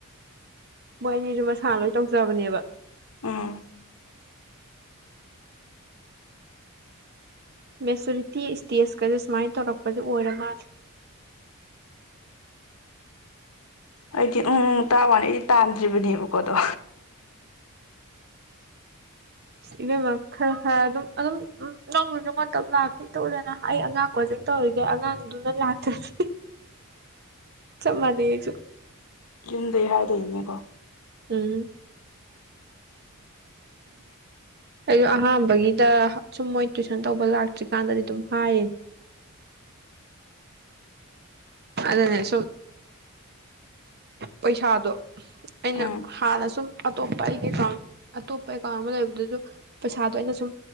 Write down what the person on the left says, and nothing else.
ꯎꯝ
ꯑꯩꯗꯤ ꯎꯪ ꯎꯪ ꯇꯥ ꯋꯥꯅꯤ ꯑꯩꯗꯤ ꯇꯥꯟꯗ꯭ꯔꯤꯕꯅꯦꯕꯀꯣꯗꯣ
ꯌꯨꯝꯗꯩ ꯍꯥꯏꯗꯣꯏꯅꯤꯅꯦꯕꯣ
ꯎꯝ